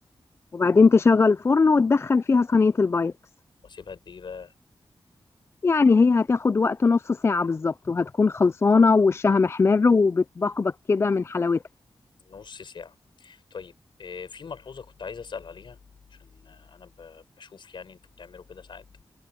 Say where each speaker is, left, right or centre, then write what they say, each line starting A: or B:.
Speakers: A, on the left; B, on the left.
A: وبعدين تشغل الفرن وتدخل فيها صينية البايركس
B: واسيبها قد ايه بقى
A: يعني هي هتاخد وقت نص ساعة بالظبط وهتكون خلصانة ووشها محمر وبتبقبق كده من حلاوتها
B: نص ساعة طيب آه، في ملحوظة كنت عايز أسأل عليها عشان آه، أنا ب- بشوف يعني أنتوا بتعملوا كده ساعات